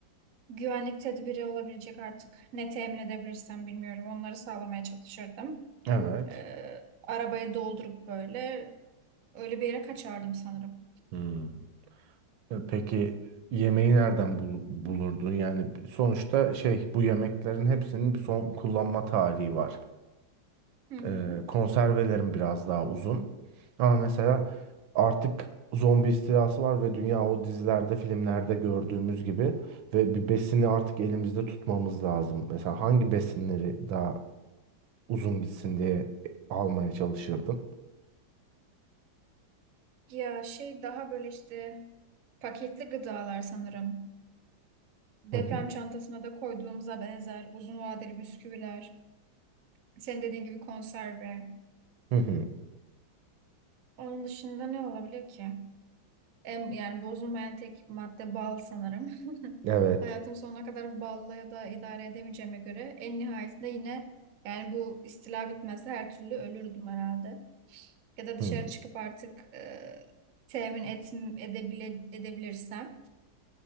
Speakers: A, on the right; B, on the right.
A: Güvenlik tedbiri olabilecek artık ne temin edebilirsem bilmiyorum. Onları sağlamaya çalışırdım.
B: Evet.
A: Ee, arabayı doldurup böyle öyle bir yere kaçardım sanırım.
B: Hmm. E, Peki yemeği nereden bul- bulurdun? Yani sonuçta şey bu yemeklerin hepsinin bir son kullanma tarihi var.
A: Hı hı.
B: Ee, konservelerim biraz daha uzun. Ama mesela artık zombi istilası var ve dünya o dizilerde, filmlerde gördüğümüz gibi ve bir besini artık elimizde tutmamız lazım. Mesela hangi besinleri daha uzun gitsin diye e, almaya çalışırdım.
A: Ya şey daha böyle işte paketli gıdalar sanırım. Deprem
B: Hı hı,
A: çantasına da koyduğumuza benzer uzun vadeli bisküviler, senin dediğin gibi konserve.
B: hı hı.
A: Onun dışında ne olabilir ki? En, yani bozulmayan tek madde bal sanırım. <laughs>
B: Evet.
A: Hayatım sonuna kadar balla ya da idare edemeyeceğime göre en nihayetinde yine yani bu istila bitmezse her türlü ölürdüm herhalde. Ya da
B: Hı.
A: dışarı çıkıp artık e, temin et, edebile, edebilirsem.